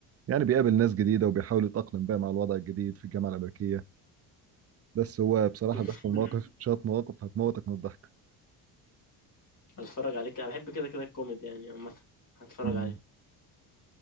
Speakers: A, on the right (about 30°); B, on the left (about 40°).
A: يعني بيقابل ناس جديدة وبيحاول يتأقلم بقى مع الوضع الجديد في الجامعة الأمريكية بس هو بصراحة
B: <laughs>
A: بيحصل مواقف شوية مواقف هتموتك من الضحك
B: هتفرج عليك انا بحب كده كده الكوميدي يعني عامة هتفرج
A: مم.
B: عليه